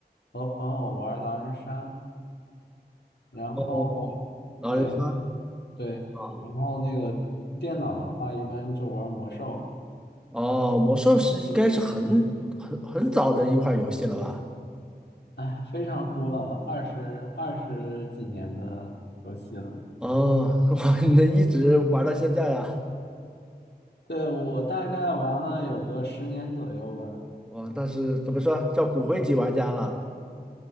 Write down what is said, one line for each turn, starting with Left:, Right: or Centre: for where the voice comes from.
Left: 和朋友玩狼人杀，然后
Centre: 哦，狼人杀
Left: 对对，
Centre: 啊
Left: 然后那个电脑的话，一般就玩魔兽，
Centre: 哦，魔兽是应该是很很很早的一款游戏了吧？
Left: 哎，非常古老，二十二十几年的游戏了，
Centre: 哦，<laughs> 哇，你能一直玩到现在啊？
Left: 对，我大概玩了有个十年左右吧。
Centre: 哇，那是怎么说叫骨灰级玩家了？